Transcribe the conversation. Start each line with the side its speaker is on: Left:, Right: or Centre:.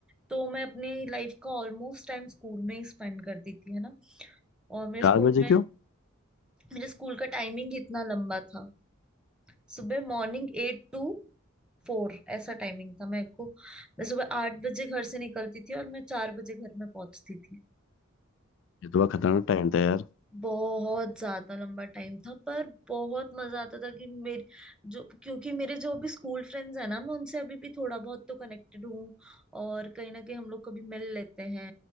Centre: तो मैं अपनी लाइफ का ऑलमोस्ट टाइम स्कूल में ही स्पेंड करती थी है ना और मेरे
Left: चार
Centre: स्कूल
Left: बजे
Centre: में
Left: क्यों
Centre: मेरे स्कूल का टाइमिंग ही इतना लंबा था सुबह मॉर्निंग एट टू फोर ऐसा टाइमिंग था मेरे को मैं सुबह आठ बजे घर से निकलती थी और मैं चार बजे घर में पहुंचती थी
Left: ये तो बड़ा खतरनाक टाइम था यार
Centre: बहुत ज्यादा लंबा टाइम था पर बहुत मजा आता था कि मेरे जो क्योंकि मेरे जो अभी स्कूल फ्रेंड्स हैं ना मैं उनसे अभी भी थोड़ा बहुत तो कनेक्टेड हूँ और कहीं ना कहीं हम लोग कभी मिल लेते हैं